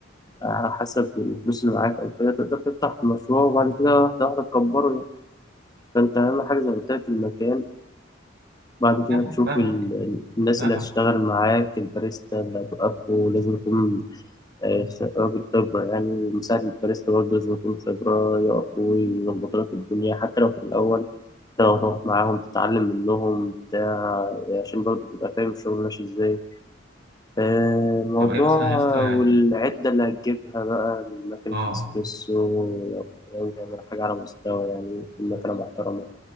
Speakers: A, on the left; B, on the right.
A: على حسب الفلوس اللي معاك أو كده تقدر تفتح المشروع وبعد كده واحدة واحدة تكبره يعني فأنت أهم حاجة زي ما قلت لك المكان بعد كده
B: فاهم-
A: تشوف
B: فاهمك
A: ال- الناس
B: فاهمك
A: اللي هتشتغل معاك الباريستا اللي هتوقفه لازم يكون آه، راجل خبرة يعني مساعد الباريستا برضه لازم يكون خبرة يقف ويظبط لك الدنيا حتى لو في الأول أنت لو تقف معاهم تتعلم منهم بتاع عشان برضه تبقى فاهم الشغل ماشي إزاي آه، موضوع
B: طب ايه مثلا يا اسطى يعني
A: والعدة اللي هتجيبها بقى ماكينة
B: اه
A: الإسبريسو لو لو تعمل حاجة على مستوى يعني مكنة محترمة